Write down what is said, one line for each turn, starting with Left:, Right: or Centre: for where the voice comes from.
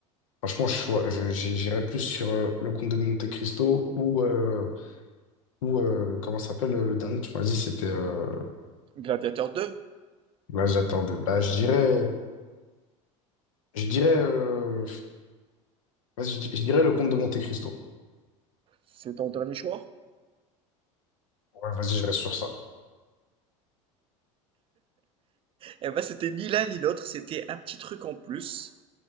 Left: franchement, je, choi- je- j'i- j'irais plus sur euh, Le Comte de Monte-Cristo ou, euh, ou euh, comment ça s'appelle euh, le dernier, tu m'as dit, c'était euh,
Right: Gladiateur deux.
Left: Gladiator 2. Bah, je dirais, je dirais, euh, vas-y, je, di- je dirais Le Comte de Monte-Cristo.
Right: c'est ton dernier choix?
Left: Ouais, vas-y, je reste sur ça.
Right: Eh ben c'était ni l'un ni l'autre, c'était un petit truc en plus.